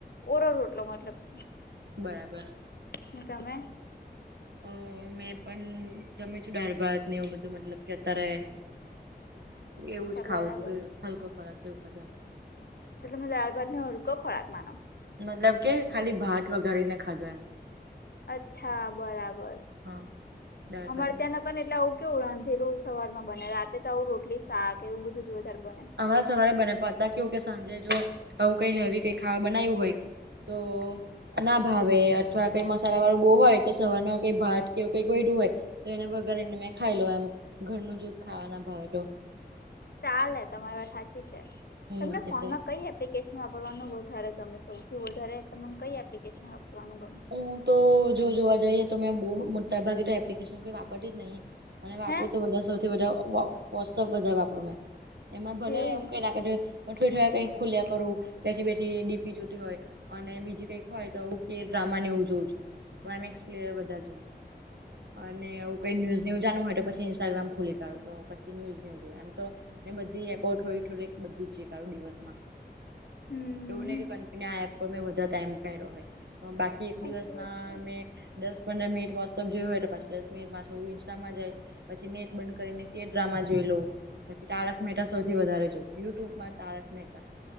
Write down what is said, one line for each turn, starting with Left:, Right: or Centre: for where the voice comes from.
Left: ઓરો રોટલો મતલબ કી
Right: બરાબર
Left: ને તમે
Right: અ મેં પણ જમી છું દાળ ભાતને એવું બધું મતલબ કે અત્યારે એવું
Left: અચ્છા
Right: જ ખાવું
Left: બરાબર
Right: તું હલકો ખોરાક કે એવું ખાધું એમ.
Left: એટલે તમે દાળ ભાત ને હલકો ખોરાક માનો
Right: મતલબ કે ખાલી ભાત વઘારીને ખાધો એમ
Left: અચ્છા બરાબર
Right: હા દાળ
Left: અમારે
Right: ભાત
Left: ત્યાં
Right: ને
Left: ના પણ એટલે આવું કેવું રાંધેલું સવાર માં બને રાતે તો આવું રોટલી શાક એવું બધું જ વધારે બને.
Right: અમાર સવારે બને પણ અત્યારે કેવું કે સાંજે જો આવું કઈ હેવી કઈ ખાવા બનાયુ હોય. તો ના ભાવે અથવા કઈ મસાલા વાળું બોવ હોય તો સવાર નો કઈ ભાત કે આવું કંઈક વયધુ હોય. તો એને વઘારીને મેં ખાઈ લવ એમ ઘરનું જ ખાવાના ભાવે તો.
Left: ચાલે તમારી વાત સાચી છે
Right: હમ
Left: તમને ફોન
Right: એટલે
Left: માં કઈ એપ એપ્લિકેશન વાપરવાનું વધારે ગમે સૌથી વધારે તમને કઈ એપ્લિકેશન વાપરવાનું ગમે?
Right: હું તો જો જોવા જઈએ તો મેં બહુ મોટાભાગે તો એપ્લિકેશન કોઈ વાપરતી જ નહીં. અને વાપરું
Left: હે
Right: તો વધારે સૌથી વધારે વો વૉટ્સએપ વધારે વાપરું મેં. એમાં ભલે
Left: એવું
Right: હું કઈ ના કહેતી હો <unintelligible> કઈક ખુલ્યા કરું બેઠી બેઠી ડી. પી જોતી હોય અને બીજી કઈક હોય તો ઉકેર ડ્રામા ને એવું જોઉ છું તો એમ. એક્સ. પ્લેયર વધારે જોઉં.
Left: <inaudible>
Right: અને એવું કઈ ન્યૂઝ ને એવું જાણવું હોય તો પછી ઇન્સ્ટાગ્રામ ખોલી કાઢું તો પછી ન્યૂઝ ને એવું જોય એમ તો ને બધી એપો થોડી થોડી બધી જ જોઈ કાઢું દિવસ માં
Left: હમ
Right: એવું નહીં કે કંપની કે એપ પર મેં બધું કામ કર્યું હોય બાકી એક
Left: સાચી
Right: દિવસમાં
Left: વાત છે
Right: મેં દસ-પંદર મિનિટ વોટ્સએપ જોયું હોય તો પાછું દસ મિનિટ ઇન્સ્ટામાં જાય પછી નેટ બંધ કરીને કે ડ્રામા જોઈ લો. પછી તારક મહેતા સૌથી વધારે જોઉં યુટ્યુબમાં તારક મહેતા.